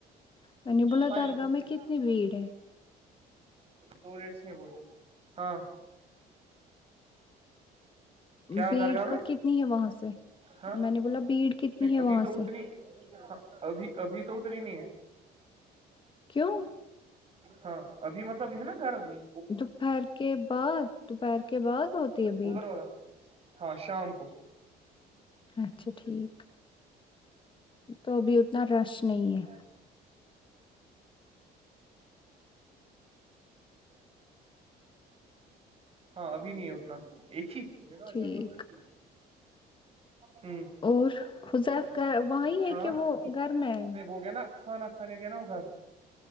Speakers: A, on the left; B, on the right.
A: میں نے بولا
B: فائ
A: درگاہ
B: ل سست
A: میں
B: <unintelligible>
A: کتنی بھیڑ ہے
B: دو ریٹس نہیں بولتے ہاں کیا
A: بیڑ
B: درگاہ میں
A: کا کتنی ہے وہاں سے
B: ہاں
A: میں نے بولا بیڑ کتنی
B: نہیں
A: ہے
B: ابھی
A: وہاں
B: تو اتنی
A: سے
B: ابھی ابھی تو اتری نہیں ہے
A: کیوں
B: ہاں ابھی مطلب ہے نا گرم ہی
A: دوپہر کے بعد دوپہر کے بعد ہوتی ہے
B: اوپر
A: بھیڑ
B: ہاں شام کو
A: اچھا ٹھیک تو ابھی اتنا رش نہیں ہے
B: م <inaudible> ہاں ابھی نہیں ہے اتنا ایک ہی ادا گ
A: ٹھیک
B: اٹ <unintelligible> <unintelligible>
A: اور حذیف گھر وہیں ہے
B: ہاں
A: کہ وہ گھر میں ہے
B: نہیں ب گیا نا کھانا کھانے کے نا ہو گھر